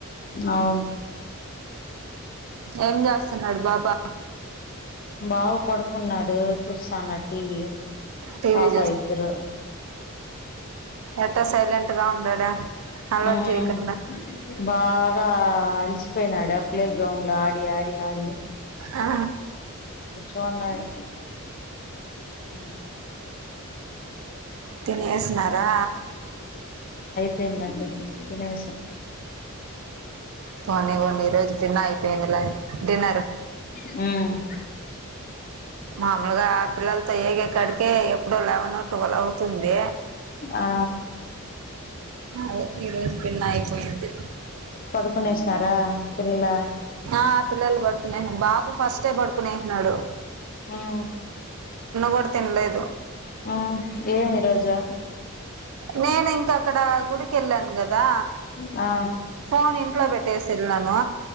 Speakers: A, on the left; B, on the right.
A: అవును
B: ఏం చేస్తున్నాడు బాబా
A: బావ్ పడుకున్నాడు చూస్తాన్న టీవీ
B: టీవీ
A: పాప ఇద్దరు
B: ఎట సైలెంట్ గా ఉండడా అల్లరి
A: ఉమ్
B: చేయకుండా
A: బాగా అల్సిపోయినాడా ప్లే గ్రౌండ్ లో ఆడి ఆడి ఆడి
B: ఆ
A: కుచో ఉన్నాడు ఉమ్
B: తినేసినరా
A: పెందండి తినేసామ్
B: పోనివ్వండి ఈరోజు తిన్న అయిపోయింది లై డిన్నర్
A: ఉమ్
B: మాముల్గా పిల్లలతో ఏగే కడ్కే ఎప్పుడో లెవెనో టువల్ అవుతుంది
A: ఆ
B: అదే ఈరోజు తిన్న అయిపోయింది
A: పడుకునేశారా పిల్లల
B: ఆ పిల్లలు పడుకునేహ్ బాబు ఫస్టే పడుకొనేహ్నాడు
A: ఉమ్
B: కూడా తినలేదు
A: ఉమ్ ఏం ఈరోజ్ జ
B: నేనెంక క్కడ గుడికి ఎళ్లాన్ కదా.
A: ఆ
B: ఫోన్ ఇంట్లో పెట్టేసి వెళ్ళాను.